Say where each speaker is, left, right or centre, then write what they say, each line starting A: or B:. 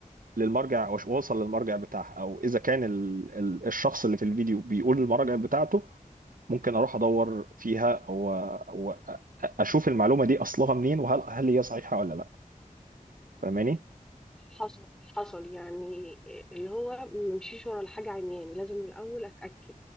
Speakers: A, on the right (about 80°); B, in the centre.
A: للمرجع وأش- واوصل للمرجع بتاعها او اذا كان ال ال الشخص اللي في الفيديو بيقول المرجع بتاعته ممكن اروح ادور فيها واشوف المعلومه دي اصلها منين وهل هل هي صحيحه ولا لا فاهماني
B: حصل حصل يعني اللي هو ممشيش ورا الحاجة عمياني لازم من الأول أتأكد